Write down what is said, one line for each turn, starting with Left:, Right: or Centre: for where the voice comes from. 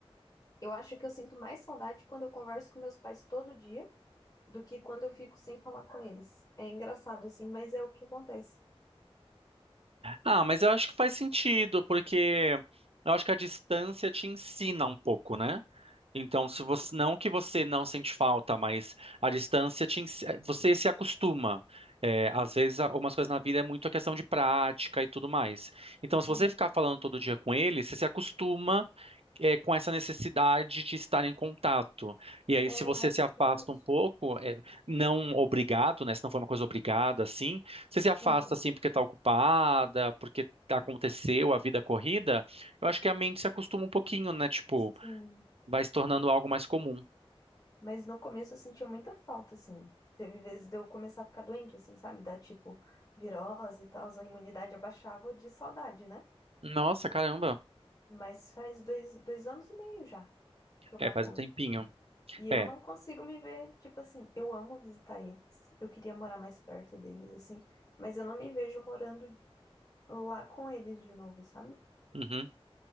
Left: eu acho que eu sinto mais saudade quando eu converso com meus pais todo dia do que quando eu fico sem falar com eles. É engraçado, assim, mas é o que acontece.
Right: Ah, mas eu acho que faz sentido, porque eu acho que a distância te ensina um pouco, né? Então, se você, não que você não sente falta, mas a distância te, ens- você se acostuma. É, às vezes, algumas coisas na vida é muito a questão de prática e tudo mais. Então, se
Left: Sim.
Right: você ficar falando todo dia com ele, você se acostuma é, com essa necessidade de estar em contato. E aí,
Left: É,
Right: se você
Left: eu acho
Right: se
Left: que
Right: afasta
Left: é tipo isso.
Right: um pouco, é, não obrigado, né? Se não foi uma coisa obrigada, assim, você se afasta
Left: Aham.
Right: assim porque está ocupada, porque aconteceu a vida corrida, eu acho que a mente se acostuma um pouquinho, né? Tipo,
Left: Sim.
Right: vai se tornando algo mais comum.
Left: Mas no começo eu sentia muita falta, assim. Teve vezes de eu começar a ficar doente, assim, sabe? Dar tipo virose e tal, a imunidade abaixava de saudade, né?
Right: Nossa, caramba.
Left: Mas faz dois, dois anos e meio já que eu moro
Right: É, faz
Left: longe.
Right: um tempinho.
Left: E eu
Right: É.
Left: não consigo me ver, tipo assim, eu amo visitar eles, eu queria morar mais perto deles, assim, mas eu não me vejo morando lá com eles de novo, sabe?
Right: uhum.